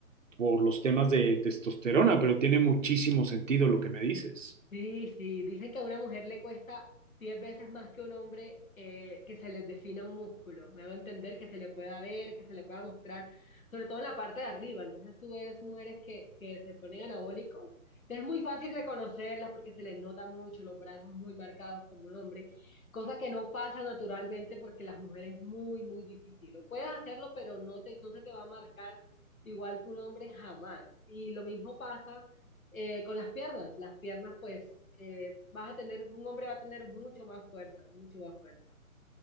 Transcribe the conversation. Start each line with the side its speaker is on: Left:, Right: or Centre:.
Right: por los temas de testosterona, pero tiene muchísimo sentido lo que me dices.
Left: Sí, sí, dicen que a una mujer le cuesta 10 veces más que a un hombre eh, que se les defina un músculo. Me hago entender que se le pueda ver, que se le pueda mostrar, sobre todo en la parte de arriba. Entonces tú ves mujeres que, que se ponen anabólicos. Es muy fácil reconocerlas porque se les nota mucho los brazos muy marcados como un hombre, cosa que no pasa naturalmente porque las mujeres es muy, muy difícil. Lo puedes hacerlo, pero no te, no se te va a marcar igual que un hombre jamás. Y lo mismo pasa eh, con las piernas, las piernas pues eh, vas a tener, un hombre va a tener mucho más fuerza, mucho más fuerza.